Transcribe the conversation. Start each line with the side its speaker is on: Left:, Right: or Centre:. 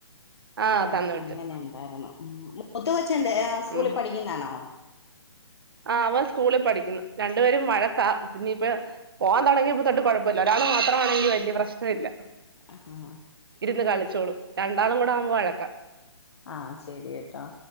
Right: ആ
Left: ഓ
Right: തന്നു വിട്ട്
Left: അങ്ങനെണ്ടായിരുന്നു മ് മൂത്ത കൊച്ചെന്തേ ആ സ്കൂളിൽ
Right: ഉം
Left: പഠിക്കുന്നതാണോ?
Right: ആ അവൻ സ്കൂളിൽ പഠിക്കുന്നു രണ്ടുപേരും വഴക്കാ പിന്നിപ്പ പോവാൻ തുടങ്ങിയപ്പൊ തൊട്ട് കുഴപ്പില്ല ഒരാൾ മാത്രമാണെങ്കി വല്യ പ്രശ്നം ഇല്ല
Left: അഹാ
Right: ഇരുന്ന് കളിച്ചോളും രണ്ടാളും കൂടെ ആവുമ്പോ വഴക്ക
Left: ആഹ് ശെരിയെട്ടോ